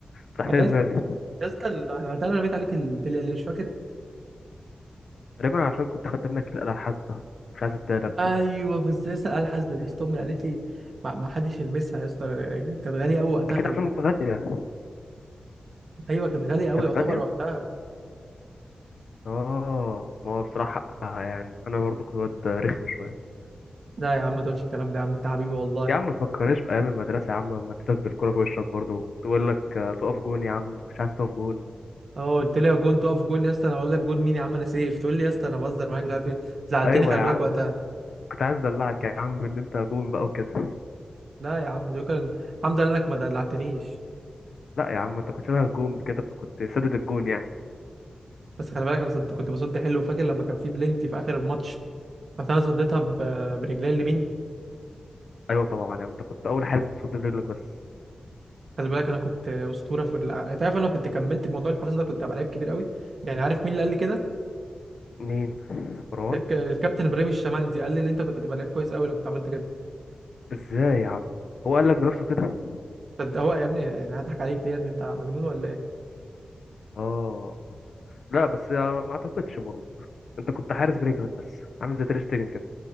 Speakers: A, on the left; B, on the right.
A: فتحت
B: انا
A: لي
B: يس-
A: دماغي
B: يا اسطى انا أنا وقتها انا رميت عليك البلي اللي مش فاكر
A: تقريبا عشان كنت خدت منك الآلة الحاسبة مش عايز اديهالك
B: ايوه في ازاي اسال الحاسبه دي يا اسطى امي قالت لي ما, ما حدش يلمسها يا اسطى كانت غاليه قوي وقتها
A: أكيد
B: خلي
A: عشان
B: بالك
A: غالية
B: ايوه كانت غاليه قوي
A: كانت
B: يعتبر
A: غالية؟
B: وقتها
A: آه ما هو بصراحة حقها يعني أنا برضو كنت واد رخم شوية
B: لا يا عم ما تقولش الكلام ده يا عم انت حبيبي والله
A: يا عم ما تفكرنيش في أيام المدرسة يا عم لما اديتك بالكورة في وشك برضو تقول لك آه، تقف جون يا عم مش عايز تقف جون
B: اه قلت لي يا جون تقف جون يا اسطى انا اقول لك جون مين يا عم انا سيف تقول لي يا اسطى انا بهزر معاك مش عارف ايه زعلتني
A: أيوة
B: خلي
A: يا
B: بالك
A: عم
B: وقتها
A: كنت كنت عايز أدلعك يا عم إن أنت جون بقى وكده
B: لا يا عم شكرا الحمد لله انك ما دلعتنيش
A: لا يا عم أنت كنت شبه الجون كده فكنت سدد الجون يعني
B: بس خلي بالك انا صد... كنت بصد حلو فاكر لما كان في بلنتي في اخر الماتش بس انا صديتها ب... برجلي اليمين
A: ايوه طبعا يا عم انت كنت اول حارس بتصد برجلك بس
B: خلي بالك انا كنت اسطوره في ال... انت عارف انا لو كنت كملت موضوع الحراس ده كنت هبقى لعيب كبير قوي يعني عارف مين اللي قال لي كده
A: مين مروان
B: الك... الكابتن ابراهيم الشمندي قال لي ان انت كنت هتبقى لعيب كويس قوي لو كنت عملت كده
A: ازاي يا عم هو قال لك بنفسه كده
B: صد هو يا ابني يعني هضحك عليك ليه يا ابني انت مجنون ولا ايه
A: اه لا بس ما اعتقدش برضه انت كنت حارس برجلك بس عامل زي تير شتيجن كده